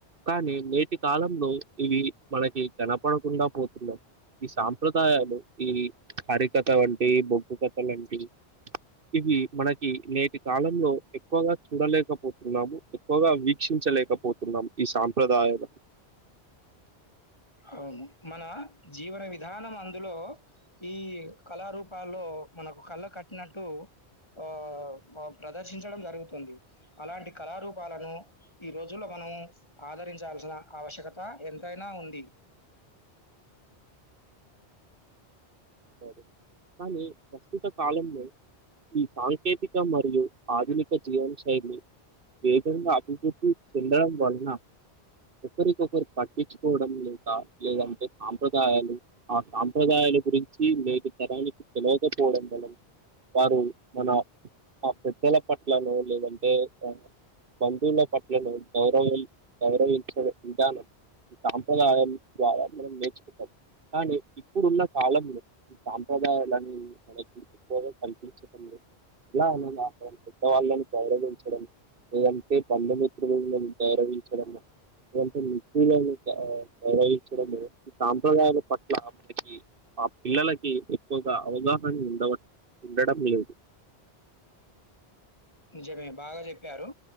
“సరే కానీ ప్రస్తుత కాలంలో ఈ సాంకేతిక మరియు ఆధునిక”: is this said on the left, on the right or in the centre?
Right